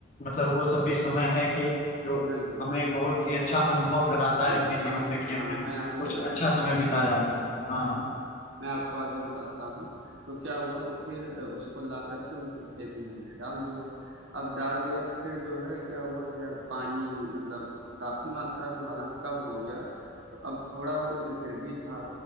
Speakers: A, on the left; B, on the right.
A: मतलब वो सब भी समय है कि जो
B: बिल्कुल,
A: हमें एक बहुत ही अच्छा अनुभव कराता है
B: हुँ,
A: अपने जीवन
B: अब
A: में कि
B: हाँ,
A: हमने
B: मैं आगे
A: कुछ
B: बताता
A: अच्छा
B: हूँ।
A: समय बिताया है
B: हाँ,
A: हाँ
B: बिल्कुल। मैं आपको आगे बताता हूँ तो क्या हुआ कि फिर अ, उसको ला करके उनके खेत में हमने डाल दिया अब डाल दिया फिर जो है क्या हुआ कि यार पानी मतलब काफी मात्रा में हालांकि कम हो गया तो अब थोड़ा बहुत लेकिन फिर भी था